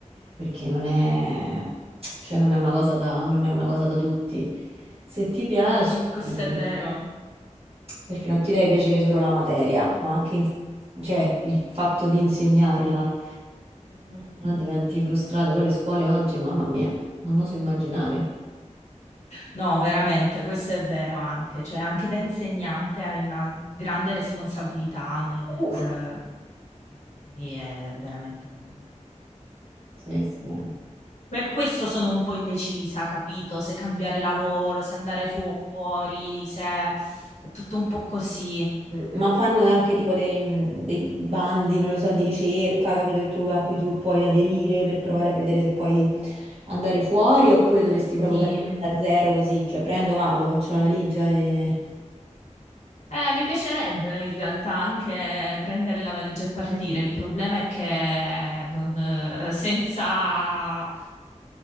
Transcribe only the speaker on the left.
Mm, questo
è vero.
Mm, mm, mm.
No, veramente, questo è vero anche, cioè anche da insegnante hai una grande responsabilità nel-
per eh, gli alunni e veramente non...
Per questo sono un po' indecisa, capito? Se cambiare lavoro, se andare fuori, se è tutto un po' così.
Sì.
Eh, mi piacerebbe in realtà anche prendere la valigia e partire.
Il problema è che non, eh, senza